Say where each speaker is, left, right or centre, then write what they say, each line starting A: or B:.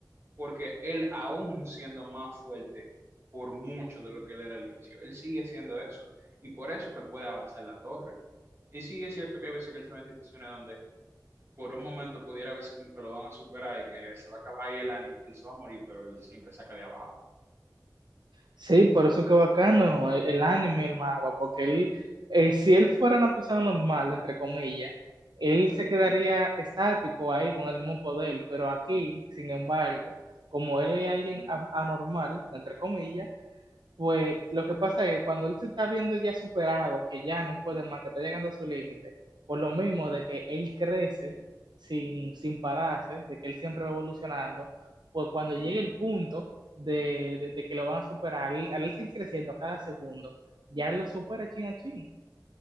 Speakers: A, on the right (about 35°); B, on the right (about 80°).
A: porque él aún siendo más fuerte por mucho de lo que él era al inicio, él sigue siendo eso y por eso es que él puede avanzar la torre. Y sí es cierto que hay veces que él se ve en situaciones donde por un momento pudiera a veces como que lo van a superar y que se va a acabar ahí el anime, que él se va a morir, pero él siempre saca de abajo.
B: Sí, por eso que bacano el, el anime, el manga, porque él, eh, si él fuera una persona normal, entre comillas, él se quedaría estático ahí con el mismo poder, pero aquí, sin embargo, como él es alguien a- anormal, entre comillas, pues lo que pasa es que cuando él se está viendo ya superado, que ya no puede más, que está llegando a su límite, por lo mismo de que él crece sin, sin pararse, de que él siempre va evolucionando, pues cuando llegue el punto de, de, de que lo van a superar, al él sigue creciendo cada segundo, ya él lo supera chin a chin.